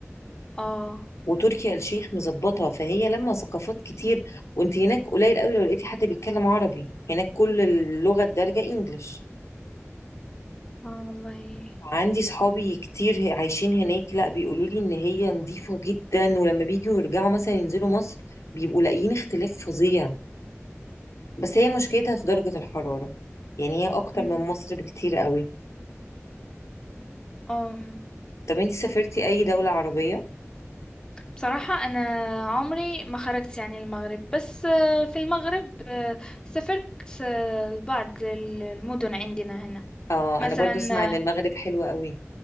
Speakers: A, on the left; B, on the left.
A: اه
B: وتركي آل الشيخ مظبطها فهي لما ثقافات كتير وانت هناك قليل قوي لو لقيتي حد بيتكلم عربي هناك كل اللغة الدارجة انجلش
A: اه والله
B: عندي صحابي كتير ه- عايشين هناك لا بيقولوا لي ان هي نظيفة جدا ولما بيجوا يرجعوا مثلا ينزلوا مصر بيبقوا لاقيين اختلاف فظيع بس هي مشكلتها في درجة الحرارة يعني هي اكتر
A: مم.
B: من مصر بكتير قوي
A: أم
B: طب انت سافرتي اي دولة عربية
A: بصراحة أنا عمري ما خرجت يعني المغرب بس آه، في المغرب آه، سافرت آه، لبعض ال- المدن عندنا هنا
B: اه
A: مثلا
B: انا برضو اسمع
A: آه
B: ان المغرب حلوة قوي